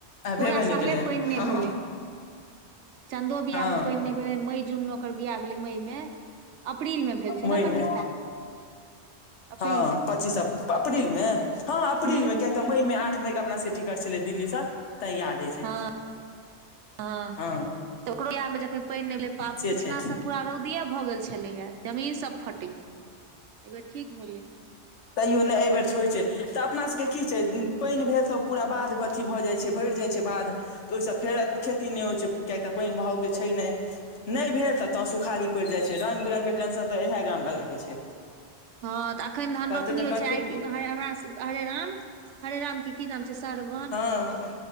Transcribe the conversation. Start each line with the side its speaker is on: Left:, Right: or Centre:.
Left: आ भेबे
Right: पूरा
Left: नहि
Right: साले
Left: केलै
Right: पानि नहि
Left: हँ
Right: भेलै। चदो बियाहमे
Left: हँ
Right: पानि नहि भेलै मई जून मे ओकर बियाह भेलै मइ मे अप्रील मे भेल छै
Left: मई
Right: ने पच्चीस
Left: मे
Right: तारीख। अप्रील
Left: हँ
Right: मे
Left: पच्चीस अप्रील मे हँ अप्रील
Right: हूँ
Left: मे कऽ मई मे आठ मई के अपना सभके टिकट छलै दिल्ली से ते याद अछि
Right: हँ तऽ
Left: हँ
Right: ओकरो यादमे ज पानि नहि पिछिला
Left: से छै
Right: साल पूरा रौदिये भऽ गेल छलैया जमीन सभ फटे एब ठीक भेल।
Left: तैयो नहि एहि बेर छै होइ छै तऽ अपना सभके कि छै पानि भेल तऽ पूरा बाध अथी भऽ जाई छै भरि जाई छै बाध तऽ ओहिसँ फेर खेती नहि होई छै किएक तऽ पानि भावके छै नहि नहि भेल तऽ तऽ सुखारी पड़ि जाइ छै रंग बिरगके टेंशन तऽ इएह गामवलाके छै
Right: हँ तऽ एखन धन
Left: करतै
Right: रोपनी
Left: तऽ
Right: होई
Left: करतै
Right: छै आइ
Left: की
Right: हमरा हरे राम हरे राम के कि नाम छै स्रवन
Left: हँ